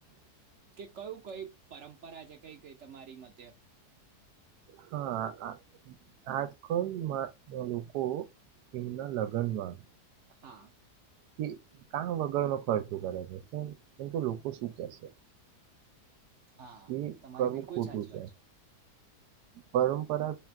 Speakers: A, on the right; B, on the right.
A: કે કયું કઈ. <inaudible> પરા છે કઈ કઈ તમારી મતે.
B: હા આજકાલ લોકો એમના લગ્નમાં.
A: હા.
B: કે કામ વગર ન ખર્ચો કરે છે કેમ કેમ કે લોકો શું કેશે.
A: હા
B: એ
A: તમારી
B: કરવું
A: બિલકુલ
B: ખોટું
A: સાચી વાત છે.
B: પરંપરા.